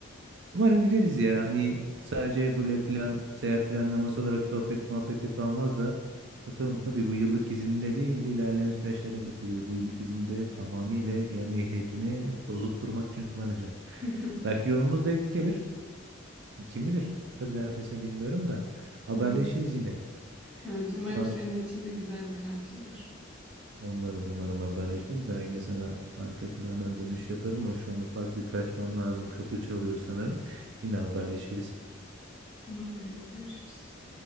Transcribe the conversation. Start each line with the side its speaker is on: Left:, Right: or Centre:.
Right: Umarım gideriz ya. Hani sadece böyle plan, seyahat planlaması olarak sohbet muhabbette kalmaz da bakalım tabii bu yıllık izinde değil de ilerleyen süreçlere bakacağız. Bu yıllık izinde tamamıyla gelen ehliyetimi dozutturmak için kullanacağım.
Centre: <laughs>
Right: Belki yolumuz denk gelir. Kim bilir? Tabii neredeyse bilmiyorum da haberleşiriz
Centre: Evet.
Right: yine.
Centre: Evet, umarım
Right: Şu an
Centre: senin için de güzel bir tatil olur.
Right: Ya Umarım umarım haberleşiriz. Ben yine sana arka plandan dönüş yaparım ama şu an ufak bir kaçmam lazım. Kapı çalıyor sanırım. Yine haberleşiriz.
Centre: Tamamdır, görüşürüz.